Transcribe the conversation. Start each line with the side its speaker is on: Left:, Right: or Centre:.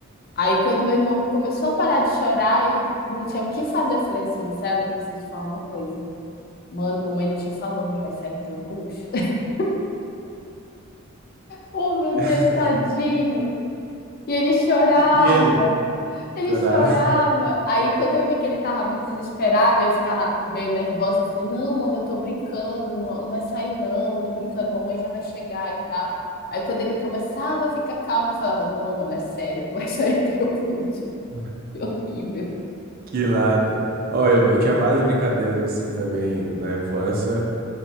Left: Aí quando meu irmão começou a parar de chorar, eu não tinha o que fazer. Eu falei assim, Marcelo, eu preciso te falar uma coisa. Mano, mamãe não te falou, mas vai sair teu bucho. <laughs> Oh, meu
Right: <laughs>
Left: Deus, tadinho. E ele chorava.
Right: E ele?
Left: Ele
Right: Chorava.
Left: chorava. Aí, quando eu vi que ele tava muito desesperado, aí eu ficava meio nervosa. Eu falei: Não, mano, eu tô brincando, não, não vai sair, não. Eu tô brincando, mamãe já vai chegar e tal. Aí, quando ele começava a ficar calmo, eu falava: Não, mano, é sério, <laughs> vai sair teu útero.
Right: <laughs>
Left: Que horrível.
Right: Que lata. Ó, eu, eu tinha várias brincadeiras assim também na infância